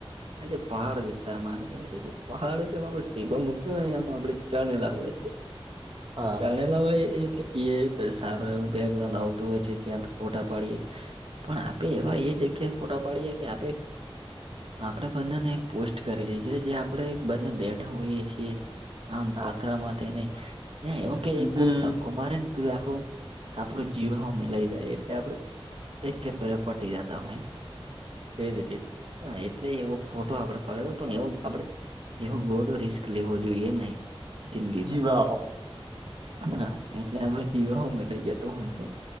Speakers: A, on the right; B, on the right.
A: એ જે પહાડ વિસ્તારમાં આવે કે છે પહાડમાં ટીબો મુ એમાં આપડે ચાલી લય છે.
B: <inaudible>
A: જાણેલા હોય એલે એ સારું એવ બેકગ્રાઉન્ડ આવતું હોય છે જ્યાં ફોટા પાડીએ પણ આપે એવા એ જગ્યાએ ફોટો પાડીએે કે આપે આપણે બંનેને એક પોસ્ટ કરીલી છે જે આપણે બંને બેઠા હોઈએ છીએ આમ
B: હા
A: પથરામાં તે નહી ઓકે એક
B: હમ
A: કોક ત ધક્કો મારેને તું આખું આપડું જીવ મે લઈ જાય એટલે આપડું એક કે ફેરે પટી જતા અમે એ રીતે એટલે એવો ફોટો આપડે પાડ્યો પણ એવું આપડે એવો ખોટો રિસ્ક લેવો જોઈએ નહીં જિંદગીમાં
B: જીવા હો
A: હા એટલે આપડે જીવામે લઈ જતો હોય છે